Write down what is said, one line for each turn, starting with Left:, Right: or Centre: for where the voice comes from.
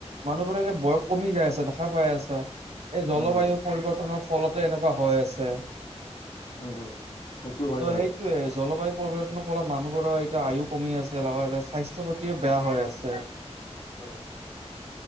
Right: মানুহবোৰে বয়স কমি যাই আছে দেখা পাই আছে এই জলবায়ু
Left: উম
Right: পৰিৱৰ্তনৰ ফলতে এনেকুৱা হৈ আছে।
Left: উম উম সেইটো হয়
Right: ত
Left: বাৰু
Right: সেইটোৱে জলবায়ু পৰিৱৰ্তন ফলত মানুহবোৰৰ এতিয়া আয়ু কমি আছে লগে লগে স্বাস্থ্য প্ৰতিও বেয়া হৈ আছে।
Left: অ <unintelligible>